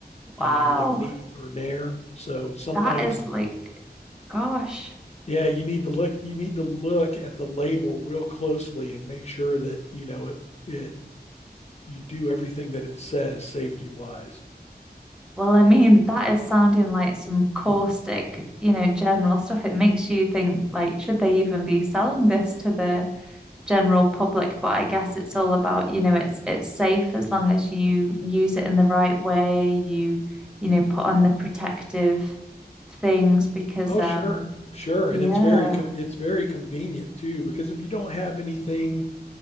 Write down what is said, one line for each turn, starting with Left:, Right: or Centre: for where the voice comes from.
Centre: Wow.
Left: um, like neat or nair. So sometimes,
Centre: That is like, gosh.
Left: yeah, you need to look you need to look at the label real closely and make sure that you know it it you do everything that it says safety wise.
Centre: Well, I mean, that is sounding like some caustic, you know, general stuff. It makes you think, like, should they even be selling this to the general public? But I guess it's all about, you know, it's it's safe as long as you use it in the right way. You, you know, put on the protective things because,
Left: Oh,
Centre: um,
Left: sure, sure,
Centre: yeah.
Left: and it's very it's very convenient too because if you don't have anything
Centre: Wow.